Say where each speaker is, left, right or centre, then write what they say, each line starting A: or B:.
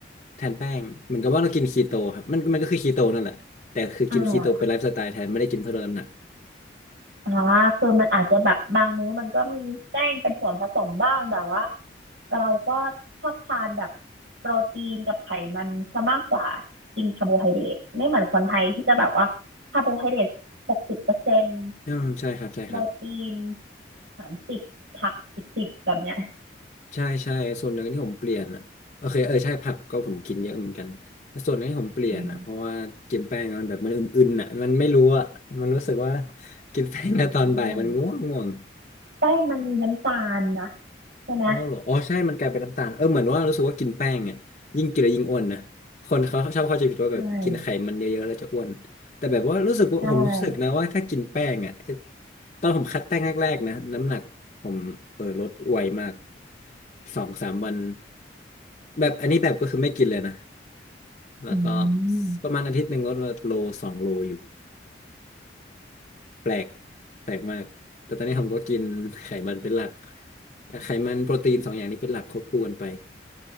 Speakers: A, on the left (about 40°); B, on the right (about 70°).
A: แทนแป้งเหมือนกับว่าเรากินคีโตครับมันมันก็คือคีโตนั่นแหละแต่คือกินคีโตเป็นไลฟ์สไตล์แทนไม่ได้กินเพื่อลดน้ำหนัก
B: อ่า อ่าคือมันอาจจะแบบบางมื้อมันก็มีแป้งเป็นส่วนผสมบ้างแต่ว่าเราก็ชอบทานแบบโปรตีนกับไขมันซะมากกว่ากินคาร์โบไฮเดรตไม่เหมือนคนไทยที่จะแบบว่าคาร์โบไฮเดรตหกสิบเปอร์เซ็นต์
A: อืมใช่ครับใช่ครับ
B: โปรตีนสามสิบผักอีกสิบแบบเนี้ย
A: ใช่ใช่ส่วนหนึ่งที่ผมเปลี่ยนอ่ะโอเคเออใช่ผักก็ผมกินเยอะเหมือนกันแต่ส่วนหนึ่งที่ผมเปลี่ยนอ่ะเพราะว่ากินแป้งมันแบบมันอึนๆอ่ะมันไม่รู้อ่ะมันรู้สึกว่า
B: อืม
A: กินแป้งอะตอนบ่ายมันง่วงง่วง
B: อืมแป้งมันมีน้ำตาลนะใช่ไหม
A: อ๋อเหรออ๋อใช่ มันกลายเป็นน้ำตาลเออเหมือนว่ารู้สึกว่ากินแป้งเนี่ยยิ่งกินแล้วยิ่งอ้วนนะคนเขาชอบเข้าใจผิดว่าแบบกินไขมันเยอะๆแล้วจะอ้วน
B: ใช่
A: แต่แบบว่ารู้สึกว่าผมรู้สึกนะว่าถ้ากินแป้งอ่ะไอ้
B: ใช่
A: ตอนผมคัดแป้งแรกๆนะน้ำหนักผมเออลดไวมากสองสามวัน แบบอันนี้แบบก็คือไม่กินเลยนะ แล้วก็
B: อืม
A: ประมาณอาทิตย์หนึ่งลดมาโลสองโลอยู่ แปลกแปลกมากแต่ตอนนี้ผมก็กินไขมันเป็นหลักไขมันโปรตีนสองอย่างนี้เป็นหลักควบคู่กันไป